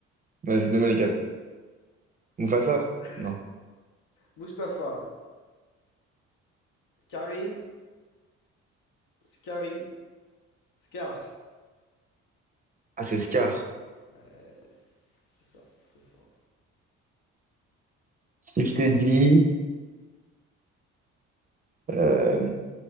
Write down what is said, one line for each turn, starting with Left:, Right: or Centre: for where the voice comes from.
Right: Vas-y, nomme les quatre. Mufasa?
Left: Mustapha.
Right: Non.
Left: Mustapha. Karim. Scary. Scar.
Right: Ah, c'est Scar.
Left: Ouais, c'est ça. C'est fort.
Right: Si je te dis, euh,